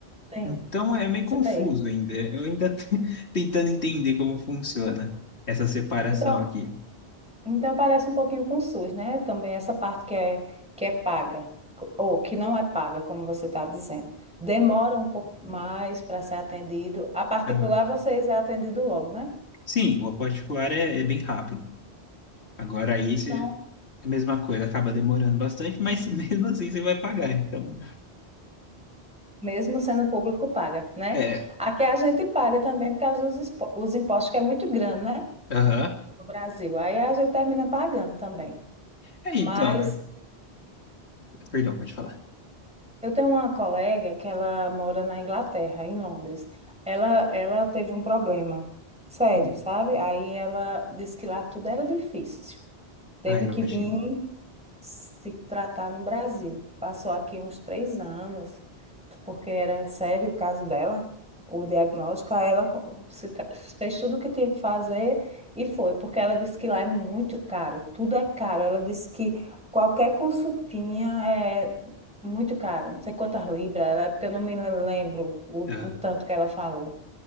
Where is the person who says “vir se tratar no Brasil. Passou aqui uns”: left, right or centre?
Centre